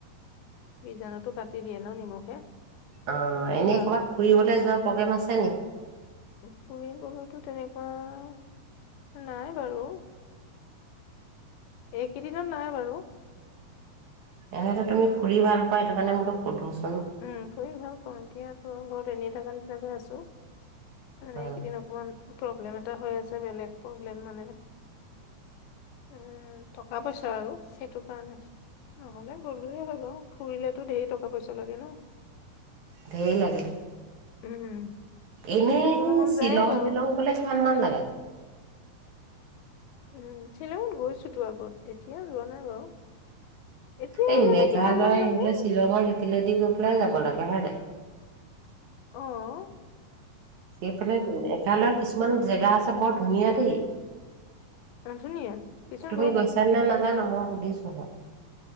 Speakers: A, on the left (about 80°); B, on the right (about 65°).
A: বীজাণুতো কাটি দিয়ে ন নিমখে।
B: অ'
A: খুব
B: এনেই
A: ভাল।
B: ক'ৰবাত ফুৰিবলৈ
A: কুলকুলি
B: যোৱা প্ৰগ্ৰেম আছে নেকি?
A: ফুৰিবলৈতো তেনেকুৱা নাই বাৰু। এইকেইদিনত নাই বাৰু।
B: এনেতে তুমি ফুৰি ভাল পোৱা। সেইটো কাৰণে মইতো সোধোছোন।
A: উম ফুৰি ভাল পাওঁ এতিয়া ত ঘৰত এনেই হেই কাৰণে তেনেকে আছো
B: উম
A: মানে একেইদিন অকমান প্ৰব্লেম এটা হৈ আছে বেলেগ প্ৰব্লেম মানে এ টকা পইচা আৰু সেইটো কাৰণে নহলে গলোয়ে হৈ গ ফুৰিলেতো ধেৰ টকা পইচা লাগে ন
B: ধেই লাগে
A: উম।
B: এনেই
A: ফুৰিবলৈ মন
B: শ্বিলং
A: যায়ে বাৰু
B: টিলং গলে কিমান মান লাগে
A: উম শ্বিলং গৈছো তো আগত এতিয়া যোৱা নাই বাৰু এতিয়া
B: এই
A: জানো
B: মেঘালয়
A: কিমান মান লাগে
B: আহিলে শ্বিলঙত সেইফালেদি গৈ যাব লাগে হয় নাই <unintelligible>
A: অহ
B: সেইফালে মেঘালয়ৰ কিছুমান জেগা আছে বৰ ধুনীয়া দেই
A: অ', ধুনীয়া কিছুমান
B: তুমি
A: বৰ ধুনীয়া
B: গৈছা নে নাজানো মোক সগিছাবা <inaudible>